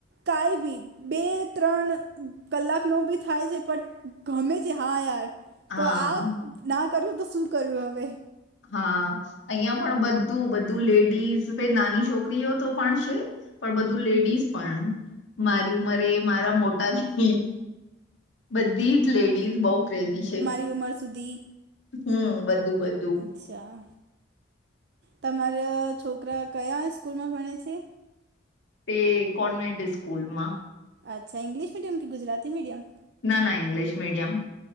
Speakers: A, on the right; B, on the left.
A: કઈ બી બે ત્રણ કલાક નો બી થાય છે, પણ ગમે છે, હા યાર તો
B: હા
A: આ ના કર્યું તો શું કર્યું હવે
B: હા અહં પણ બધું બધું લેડીઝ નાની છોકરીઓ તો પણ છે. પણ બધું લેડીઝ પણ મારી ઉંમરે મારા મોટાથી બધી જ લેડીઝ બહુ ક્રેઝી છે.
A: ટ્યુમર સુધી
B: હમ બધું બધું
A: અચ્છા તમારા છોકરા કયા સ્કૂલમાં ભણે છે.
B: તે કોન્વેન્ટ સ્કૂલ માં
A: અચ્છાઇંગ્િશ મીડયમ કે ગુજરાતી મીડયમ
B: ના ના ઇંગ્લિશ મીડિયમ